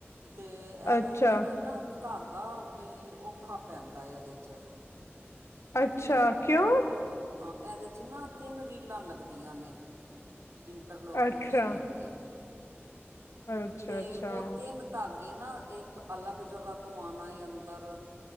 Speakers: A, on the right (about 80°); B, on the left (about 85°).
A: ਤੇ ਐਦੇ
B: ਅੱਛਾ
A: ਐਦੇ ਨਾ ਧਾਗਾ ਬਈ ਔਖਾ ਪੈਂਦਾ ਐ, ਏਦੇ 'ਚ।
B: ਅੱਛਾ
A: ਤੇ
B: ਕਿਉਂ
A: ਹਾਂ ਏਦੇ 'ਚ ਨਾ, ਤੇੱਨ ਰੀਲਾਂ ਲੱਗਦੀਆਂ ਨੇ। ਇੰਟਰਲੋਕ ਦੀ
B: ਅੱਛਾ
A: ਮਸ਼ੀਨ ਤੇ,
B: ਅੱਛਾ
A: ਤੇ
B: ਅੱਛਾ
A: ਔ ਤੇੱਨ ਧਾਗੇ ਨਾ, ਏੱਕ ਅਲੱਗ ਜਗ੍ਹਾ ਤੋਂ ਆਣਾ ਏ ਅੰਦਰ।